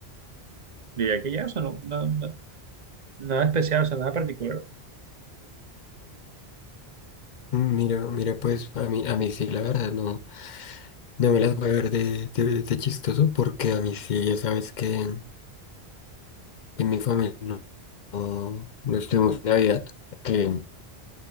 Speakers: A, on the right (about 45°); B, on the left (about 50°).
A: diría que ya, o sea, no, no- no- nada especial, o sea, nada particular.
B: Mira, mira, pues a mí, a mí sí, la verdad, no, no me las voy a ver de, de, de chistoso porque a mí sí, ya sabes que. En mi familia no, no, no estuvimos en Navidad. que,